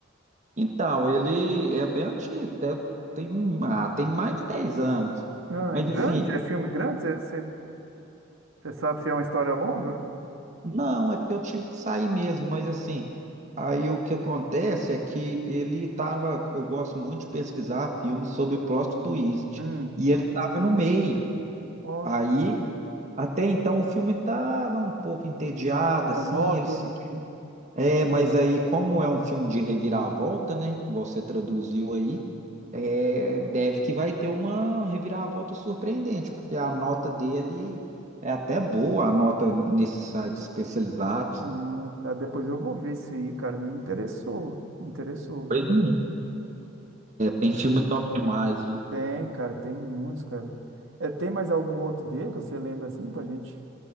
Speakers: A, on the right; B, on the right.
A: Então, ele é bem antigo, deve, tem, ah, tem mais de 10 anos.
B: Ah,
A: Mas
B: é grande?
A: assim,
B: É filme grande? Você você- você sabe se é uma história longa?
A: Não, é porque eu tive que sair mesmo, mas assim, aí o que acontece é que ele tava, eu gosto muito de pesquisar filmes sobre plot twist,
B: Hum,
A: e ele tava no meio.
B: ó,
A: Aí, até então o filme tava um pouco entediado,
B: monótono.
A: assim, ele é, mas aí como é um filme de reviravolta, né, igual você traduziu aí, é, deve que vai ter uma reviravolta surpreendente, porque a nota dele é até boa, a nota nesses sites especializados.
B: Hum, tá, depois eu vou ver isso aí, cara. Me interessou. Me interessou, viu?
A: Pois é. Tem filme top demais, viu?
B: Tem, cara, tem muitos, cara. É, tem mais algum outro dele que você lembra assim pra gente?